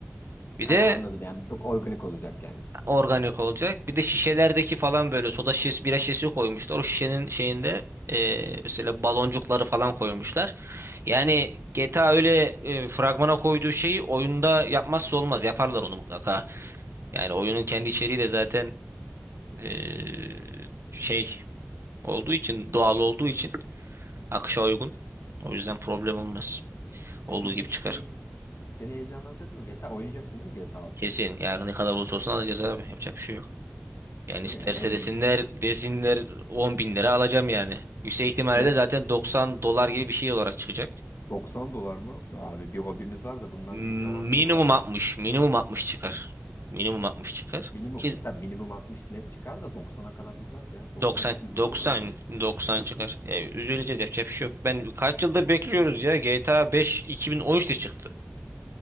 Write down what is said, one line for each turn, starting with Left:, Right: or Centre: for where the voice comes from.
Right: Bir
Left: Ha,
Right: de
Left: anladım yani çok organik olacak yani.
Right: organik olacak. Bir de şişelerdeki falan böyle soda şişesi, bira şişesi koymuşlar. O şişenin şeyinde eee, mesela baloncukları falan koymuşlar. Yani GTA öyle e, fragmana koyduğu şeyi oyunda yapmazsa olmaz. Yaparlar onu mutlaka. Yani oyunun kendi içeriği de zaten eee, şey olduğu için, doğal olduğu için akışa uygun. O yüzden problem olmaz. Olduğu
Left: E peki
Right: gibi çıkar.
Left: seni seni heyecanlandırdı mı? GTA oynayacaksın değil mi GTA altı'yı?
Right: Kesin. Yani ne kadar olursa olsun alacağız abi. Yapacak bir şey yok. Yani
Left: Değil
Right: isterse
Left: mi yani en
Right: desinler
Left: büyük?
Right: desinler 10 bin lira alacağım yani. Yüksek ihtimalle
Left: Yani
Right: de zaten 90 dolar gibi bir şey olarak çıkacak.
Left: 90 dolar mı? Abi bir hobimiz var da bunlar
Right: Minimum
Left: da iyice abarttı bu arada
Right: 60,
Left: ya.
Right: minimum 60 çıkar. Minimum 60 çıkar.
Left: Minimum,
Right: Ki
Left: ya tabii minimum 60 net çıkar da 90'a kadar gitmez ya. 90
Right: 90
Left: üzücü
Right: 90
Left: olur bizim için.
Right: 90 çıkar. Yani üzüleceğiz yapacak bir şey yok. Ben kaç yıldır bekliyoruz ya. GTA 5 2013'te çıktı.